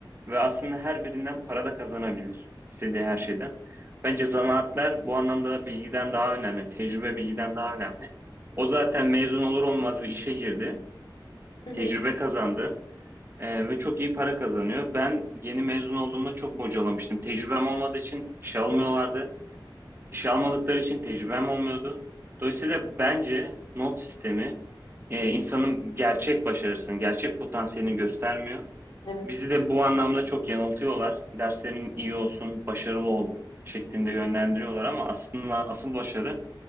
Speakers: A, on the right; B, on the left.
A: ve aslında her birinden para da kazanabilir. istediği her şeyden. Bence zanaatler bu anlamda da bilgiden daha önemli. Tecrübe bilgiden daha önemli. O zaten mezun olur olmaz bir işe girdi.
B: Hı hı.
A: Tecrübe kazandı. e, ve çok iyi para kazanıyor. Ben yeni mezun olduğumda çok bocalamıştım. Tecrübem olmadığı için işe almıyorlardı. İşe almadıkları için tecrübem olmuyordu. Dolayısıyla bence not sistemi e, insanın gerçek başarısını, gerçek potansiyelini göstermiyor.
B: Evet.
A: Bizi de bu anlamda çok yanıltıyorlar. Derslerin iyi olsun, başarılı ol şeklinde yönlendiriyorlar ama aslında asıl başarı